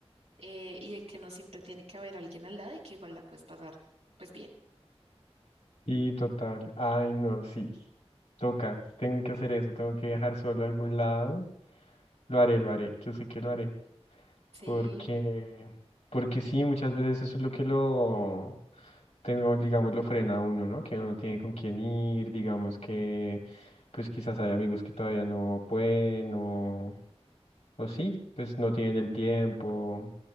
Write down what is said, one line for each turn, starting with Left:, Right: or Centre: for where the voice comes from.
Right: eh, y de que no siempre tiene que haber alguien al lado y que igual la puedes pasar pues bien.
Left: Y total, ay no, sí, toca, tengo que hacer eso, tengo que viajar solo a algún lado, lo haré, lo haré, yo sé que lo haré,
Right: Sí.
Left: porque, porque sí, muchas veces eso es lo que lo, tengo, digamos, lo frena a uno, ¿no? Que uno no tiene con quién ir, digamos que, pues quizás hay amigos que todavía no pueden, o, o sí, pues no tienen el tiempo,